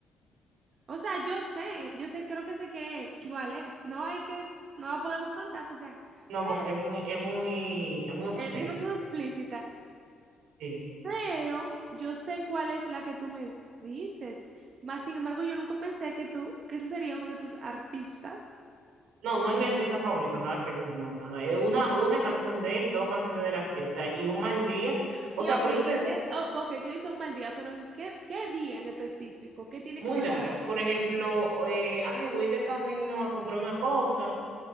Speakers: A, on the right; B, on the right.
A: O sea, yo sé, yo sé, creo que sé que, que cuál es. No hay que, no la podemos cantar porque, ah,
B: No,
A: pero,
B: porque es muy, es muy, es muy obsceno,
A: eh, demasiado explícita.
B: sí.
A: Pero yo sé cuál es la que tú me dices. Más sin embargo, yo nunca pensé que tú, que ese sería uno de tus artistas.
B: No, no es mi artista favorito, nada que ver, no, nada. Es una, una canción de él, dos canciones de él así, o sea, y un mal día. O
A: Y
B: sea,
A: ok,
B: por eso te,
A: y qué, oh, ok, tú dices un mal día, pero ¿en qué, qué día en específico? ¿Qué tiene
B: muy
A: que pasar
B: raro.
A: para
B: Por
A: que
B: ejemplo, eh, ay, voy de camino a comprar una cosa.